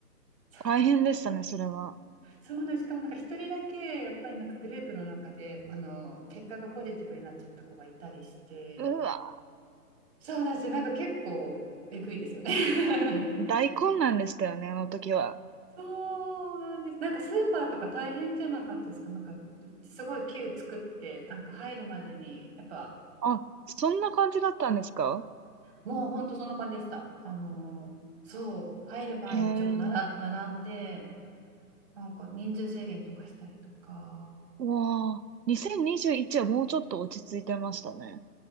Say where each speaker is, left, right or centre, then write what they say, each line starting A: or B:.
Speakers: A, on the right; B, on the right.
A: そうなん
B: 大変でしたね、それは。
A: そうなんです。しかもなんか一人だけやっぱりなんかグループの中であの結果がポジティブになっちゃった子がいたりして
B: うわ、
A: そうなんですよなんか結構えぐいですよね <laughs>
B: 大混乱でしたよね、あの時は。
A: そうなんですなんかスーパーとか大変じゃなかったですかなんかすごいキュー作ってなんか入るまでにやっぱ
B: あ、そんな感じだったんですか
A: もう本当そんな感じでしたあのそう入る前にちょっとなら並んで
B: へえ。
A: なんか人数制限とかしたりとか
B: うわあ、2021はもうちょっと落ち着いてましたね。